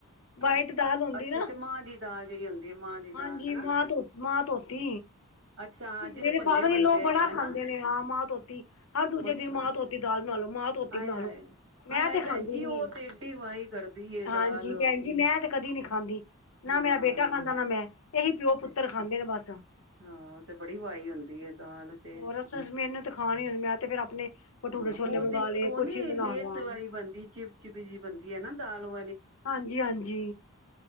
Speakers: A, on the left; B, on the right.
A: ਵਾਈਟ
B: ਅੱਛਾ
A: ਦਾਲ ਹੁੰਦੀ ਨਾ,
B: ਅੱਛਾ ਮਾਂ ਦੀ ਦਾਲ ਜਿਹੜੀ ਹੁੰਦੀ ਹੈ ਮਾਂ ਦੀ
A: ਹਾਂਜੀ,
B: ਦਾਲ ਹਨਾ
A: ਮਾਂ ਧੋ ਮਾਂ ਧੋਤੀ
B: ਅੱਛਾ ਹਾਂ
A: ਮੇਰੇ
B: ਜਿਹਦੇ ਭੱਲੇ
A: ਫਾਦਰ ਇਨ
B: ਬਣਦੇ
A: ਲੋ
B: ਹੈਗੇ
A: ਬੜਾ ਖਾਂਦੇ
B: ਨਾ
A: ਨੇ। ਹਾਂ ਮਾਂ ਧੋਤੀ ਹਰ ਦੂਜੇ
B: ਅੱਛਾ
A: ਦਿਨ ਮਾਂ ਧੋਤੀ। ਧੋ ਦਾਲ ਬਣਾ ਲੋ। ਮਾਹਾ ਧੋਤੀ ਬਣਾ
B: ਆਏ ਹਾਏ
A: ਲੋ। ਮੈਂ
B: ਆਏ ਹਾਏ
A: ਤੇ ਖਾਂਦੀ
B: ਭੈਣ ਜੀ
A: ਨੀ
B: ਉਹ ਤੇ ਏਡੀ ਵਾਈ ਕਰਦੀ ਏ
A: ਹਾਂਜੀ
B: ਦਾਲ
A: ਭੈਣ ਜੀ ਮੈਂ ਤੇ- ਕਦੀ ਨੀ ਖਾਂਦੀ।
B: ਹਾਂ
A: ਨਾ ਮੇਰਾ ਬੇਟਾ ਖਾਂਦਾ ਨਾ ਮੈਂ। ਏਹੀ ਪਿਓ ਪੁੱਤਰ
B: ਤੇ
A: ਖਾਂਦੇ ਨੇ ਬਸ।
B: ਹਾਂ ਓ ਤੇ ਬੜੀ ਵਾਈ ਹੁੰਦੀ ਏ ਦਾਲ
A: ਹੋਰ
B: ਤੇ।
A: ਅਸ ਮੈਨੂੰ ਤੇ ਖਾਣ ਹੀ ਮੈਂ ਤੇ ਫੇਰ ਆਪਣੇ ਭਟੂਰੇ
B: ਹਾਂ
A: ਛੋਲੇ
B: ਓ
A: ਮੰਗਵਾ
B: ਤੇ
A: ਲਏ
B: ਓ
A: ਕੁਛ
B: ਨੀ
A: ਵੀ ਬਣਾ
B: ਲੇਸ
A: ਲਿਆ
B: ਵਾਲੀ ਬਣਦੀ ਚਿਪਚਿਪੀ ਜਿਈ ਬਣਦੀ ਏ ਨਾ ਦਾਲ ਓ।
A: ਹਾਂਜੀ -ਹਾਂਜੀ।